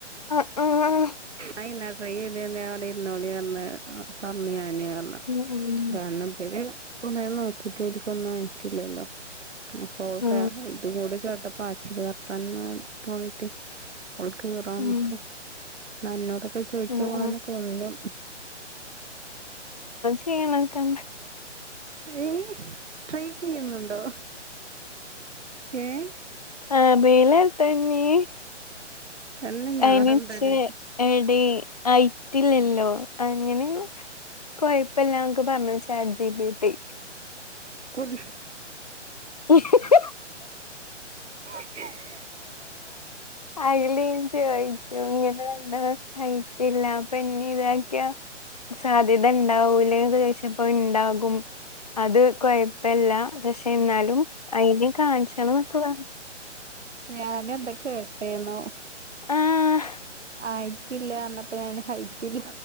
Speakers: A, on the left; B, on the right.
A: ആഹ് ആഹ്
B: ആന്നാ ട്രൈപൈത് അവിടെ ഇരുന്നോളി പറ പറഞ്ഞു ഞാന് പറഞ്ഞു
A: ഉം ഉം
B: കാരണം പിന്നെ കൊറ നോക്കിട്ട് ഓരിക്കൊന്നും ആയിട്ടില്ലല്ലോ ഓൾക്ക്
A: ആ
B: ഇതും കൂടി കേട്ടപ്പോ അച്ചില് വർത്താനം തോന്നീട്ട് ഓൾക്ക് ഈറാം
A: ഉം
B: നമുക്ക് നന്നോടൊക്കെ ചോയിച്ച
A: ആ
B: ഓളന്നെ
A: ആ
B: കൊല്ലും
A: <unintelligible>
B: ഏഹ് ട്രൈ ചെയ്യുന്നുണ്ടോ ഏഹ്
A: ആഹ് അറീല ട്ടഞ്ഞി
B: തന്നെ ഞാണ്ട
A: അയി നിച്ച്
B: ചേച്ചി
A: എടീ ഹൈറ്റില്ലല്ലോ അങ്ങനെ കൊഴപ്പല്ലാ ന്നൊക്കെ പറഞ്ഞ ചാറ്റ് ജി പി ടി
B: കുൺ
A: <inaudible>
B: <inaudible>
A: ആയിലും ചോയ്ച്ചു രണ്ട് വയസായി കിട്ടല്ല അപ്പം പിന്നെ ഇതാക്കിയ സാധ്യത ഉണ്ടാവൂലെ ചോദിച്ചപ്പോ ഉണ്ടാകും അത് കുഴപ്പല്ല പക്ഷെ എന്നാലും അയിത് കാണിച്ചണം എന്നൊക്കെ പറഞ്ഞ്
B: ഞാന് എന്തൊക്കെ കേട്ടേന്നോ
A: ആഹ്
B: ആയിട്ടില്ല പറഞ്ഞപ്പം ഞൻ ഹയിറ്റില്ല